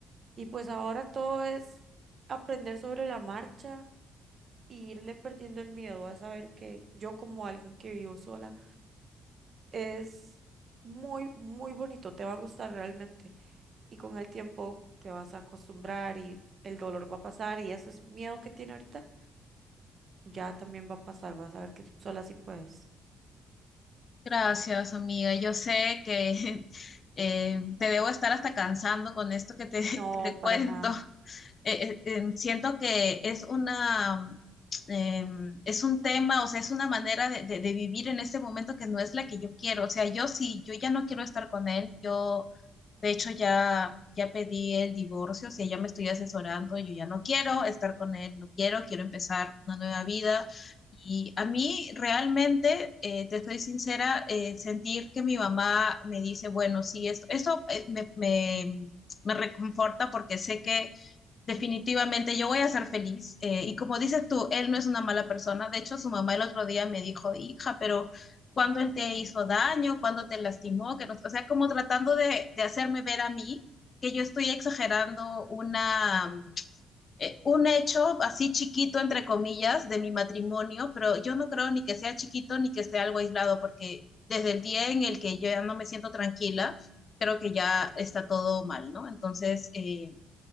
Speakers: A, on the right; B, on the left.
A: Y pues ahora todo es aprender sobre la marcha e irle perdiendo el miedo a saber que yo como alguien que vivo sola es muy, muy bonito, te va a gustar realmente. Y con el tiempo te vas a acostumbrar y el dolor va a pasar y ese miedo que tiene ahorita ya también va a pasar, vas a ver que sola sí puedes.
B: Gracias, amiga. Yo sé que <laughs> eh, te debo estar hasta cansando con esto que te, <laughs> que
A: No,
B: te cuento.
A: para nada.
B: eh, eh, em, siento que es una, eh, es un tema, o sea, es una manera de, de- de vivir en este momento que no es la que yo quiero. O sea, yo sí, yo ya no quiero estar con él. Yo, de hecho, ya, ya pedí el divorcio, o sea, ya me estoy asesorando, yo ya no quiero estar con él, no quiero, quiero empezar una nueva vida. Y a mí realmente, eh, te estoy sincera, eh, sentir que mi mamá me dice, bueno, sí, esto, esto eh, me, me, me reconforta porque sé que definitivamente
A: Ujú.
B: yo voy a ser feliz. Eh, y como dices tú, él no es una mala persona. De hecho, su mamá el otro día me dijo, hija, pero cuando él te hizo daño, cuando te lastimó, que no, o sea, como tratando de, de hacerme ver a mí que yo estoy exagerando una, mm, eh, un hecho así chiquito, entre comillas, de mi matrimonio, pero yo no creo ni que sea chiquito ni que sea algo aislado, porque desde el día en el que yo ya no me siento tranquila, creo que ya está todo mal, ¿no? Entonces, eh,